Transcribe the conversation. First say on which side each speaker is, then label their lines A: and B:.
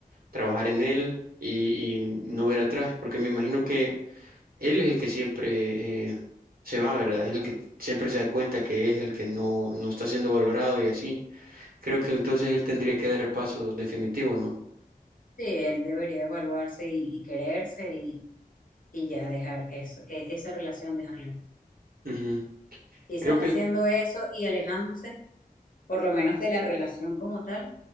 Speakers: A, on the right; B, on the left.
A: trabajar en él y, y no ver atrás, porque me imagino que él es el que siempre eh, se va, ¿verdad? Es el que siempre se da cuenta que es el que no, no está siendo valorado y así. Creo que entonces él tendría que dar el paso definitivo, ¿no?
B: Sí, él debería evaluarse y, y quererse y, y ya dejar eso, e- esa relación, dejarla ahí.
A: Ujú.
B: Quizás
A: Creo que
B: haciendo eso y alejándose, por lo menos de la relación como tal,